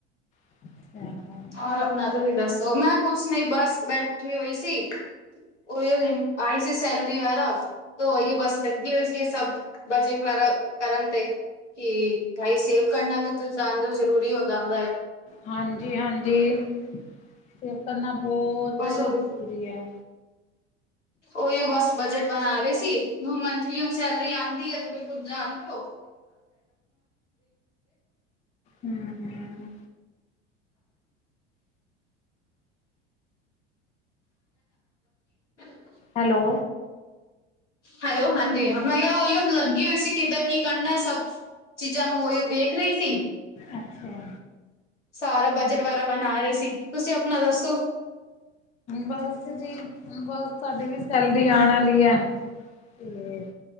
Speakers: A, on the left (about 20°); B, on the left (about 85°).
A: <unintelligible>
B: ਹੋਰ ਆਪਣਾ ਤੁਸੀਂ ਦੱਸੋ, ਮੈਂ ਕੁੱਛ ਨ ਬਸ ਬੈਠੀ ਹੋਈ ਸੀ ਹੀ ਆਈ ਜੇ ਸੈਲਰੀ ਵਗੈਰਾ ਤੇ ਔਹੀ ਬਸ ਲਗੀ ਹੋਈ ਸੀ ਸਭ ਬਜਟ ਵਗੈਰਾ ਕਰਨ ਤੇ ਕਿ ਗਾਈ ਸੇਵ ਕਰਨਾ ਵੀ ਜਾਣਦੇ ਓ ਜ਼ਰੂਰੀ ਹੋ ਜਾਂਦਾ ਐ।
A: ਹਾਂਜੀ, ਹਾਂਜੀ ਸੇਵ ਕਰਨਾ ਬਹੁਤ
B: ਬਸ ਉਹੀ
A: ਜ਼ਰੂਰੀ ਐ।
B: ਉਹੀਓ ਬਸ ਬਜਟ ਬਣਾ ਰਹੇ ਸੀ। ਹੁਣ ਮੰਥਲੀ ਹੁਣ ਸੈਲਰੀ ਆਉਂਦੀ ਹੈ ਤੁਸੀਂ ਕੁਛ ਜਾਣਤੇ ਹੋ?
A: ਹਮ
B: <unintelligible> <inaudible> <unintelligible>
A: ਹੈਲੋ
B: ਹੈਲੋ, ਹਾਂਜੀ ਮੈਂ ਕਿਹਾ ਉਹੀ ਲੱਗੀ ਹੋਈ ਸੀ ਕਿੱਦਾਂ ਕੀ ਕਰਨਾ ਸਭ? ਚੀਜ਼ਾਂ ਨੂੰ ਔ ਹੀ ਦੇਖ ਰਹੀ ਸੀ।
A: ਅੱਛਾ ਐ
B: ਸਾਰਾ ਬਜਟ ਵਗੈਰਾ ਬਣਾ ਰਹੀ ਸੀ ਤੁਸੀਂ ਆਪਣਾ ਦੱਸੋ?
A: ਬਸ ਜੀ ਬਸ ਸਾਡੇ ਵੀ ਸੈਲਰੀ ਆਣ ਆਲੀ ਏ ਤੇ